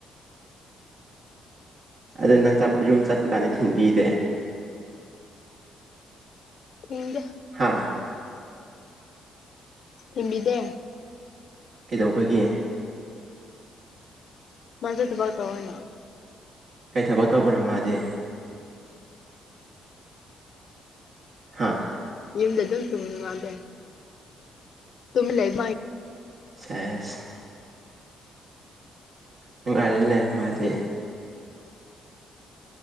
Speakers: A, on the right (about 55°); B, on the left (about 55°).
A: ꯑꯗꯣ ꯅꯪ ꯆꯠꯄ ꯌꯨꯝ ꯆꯠꯄ ꯀꯥꯟꯗ ꯊꯤꯟꯕꯤꯗꯦ
B: ꯊꯤꯟꯗꯦ
A: ꯍꯥꯥ
B: ꯊꯤꯟꯕꯤꯗꯦ
A: ꯀꯩꯗꯧꯕꯒꯤ
B: ꯃꯥꯖꯦ ꯊꯕꯛ ꯇꯧꯋꯦꯅ
A: ꯀꯩ ꯊꯕꯛ ꯇꯧꯕ꯭ꯔꯥ ꯃꯥꯗꯤ ꯍꯥꯥ
B: ꯌꯨꯝꯗ ꯑꯗꯨꯝ ꯇꯨꯝꯃꯤ ꯃꯥꯗꯤ ꯇꯨꯃꯤ ꯂꯩ ꯃꯥ
A: ꯁꯦꯁ ꯅꯨꯡꯉꯥꯏꯔꯦꯅꯦ ꯃꯥꯗꯤ